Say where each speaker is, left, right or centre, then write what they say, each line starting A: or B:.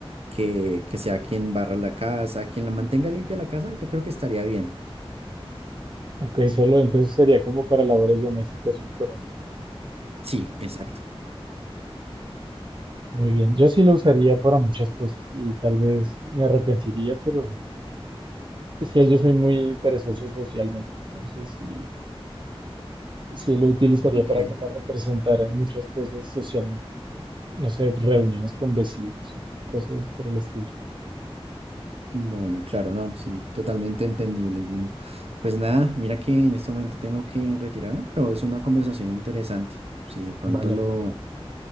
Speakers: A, on the right; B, on the right.
A: que, que sea quien barra la casa, quien la mantenga limpia la casa, yo creo que estaría bien.
B: Ok, solo entonces sería como para labores domésticas únicamente.
A: Sí, exacto.
B: Muy bien, yo sí lo usaría para muchas cosas y tal vez me arrepentiría, pero es que yo soy muy perezoso socialmente, entonces sí, sí lo utilizaría
A: <laughs> Ok.
B: para que me representaran muchas cosas socialmente. No sé, reuniones con vecinos y cosas por el estilo.
A: Bueno, claro, no, sí, totalmente entendible, Gino. Pues nada, mira que en este momento tengo que retirarme, pero es una conversación interesante. Si de pronto
B: Vale,
A: lo,